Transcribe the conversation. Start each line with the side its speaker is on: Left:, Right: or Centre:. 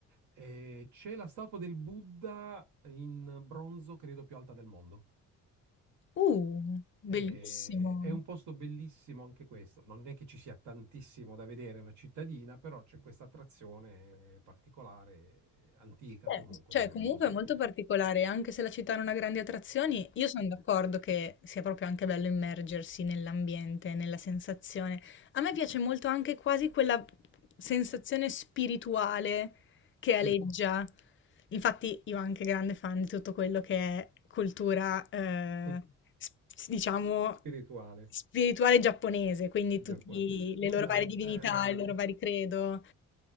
Right: Eh, c'è la statua del Buddha in bronzo, credo più alta del mondo.
Left: Uh, bellissimo.
Right: E- è un posto bellissimo anche questo. Non è che ci sia tantissimo da vedere, è una cittadina, però c'è questa attrazione particolare, eh, antica
Left: Eh,
Right: comunque,
Left: cioè
Right: non
Left: comunque
Right: è una cosa...
Left: è molto particolare, anche se la città non ha grandi attrazioni, io sono d'accordo che sia proprio anche bello immergersi nell'ambiente, nella sensazione. A me piace molto anche quasi quella sensazione spirituale che
Right: Sì,
Left: aleggia. Infatti io anche grande fan di tutto quello che è cultura, eh,
Right: mm,
Left: s- diciamo,
Right: spirituale,
Left: spirituale giapponese, quindi
Right: giapponese.
Left: tutte le
Right: Guarda,
Left: loro varie divinità,
Right: eh,
Left: i loro vari credo.